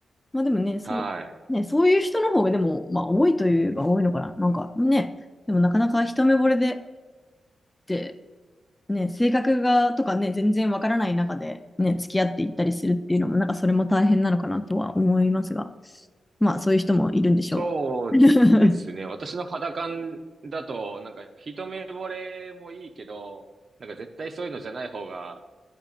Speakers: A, on the left; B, on the right.
A: まあでもね、そう、
B: はい。
A: ね、そういう人の方がでも、まあ多いといえば多いのかな。なんかね、でもなかなか一目惚れでってね、性格がとかね、全然わからない中で、ね、付き合っていったりするっていうのも、なんかそれも大変なのかなとは思いますが、まあそういう人もいるんでしょう。
B: そうですね。私の肌感だと、なんか一目惚れもいいけど、なんか絶対そういうのじゃない方が